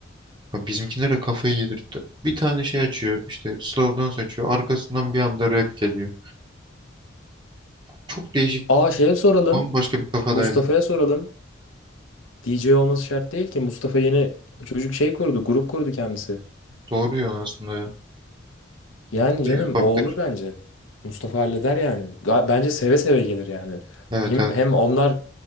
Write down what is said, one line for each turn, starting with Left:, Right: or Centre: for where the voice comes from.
Right: Ya Bizimkilere kafayı yedirtti. Bir tane şey açıyor, işte slow dance açıyor. Arkasından bir anda rap geliyor. Çok değişik,
Left: Aa şeye soralım.
Right: bambaşka bir kafadaydı.
Left: Mustafa'ya soralım. DJ olması şart değil ki. Mustafa yeni çocuk şey kurdu, grup kurdu kendisi.
Right: Doğru ya aslında ya.
Left: Yani
Right: Bu
Left: canım
Right: da yapabilir.
Left: o olur bence. Mustafa halleder yani. Ga- Bence seve seve gelir yani.
Right: Evet
Left: Hem,
Right: evet.
Left: hem onlar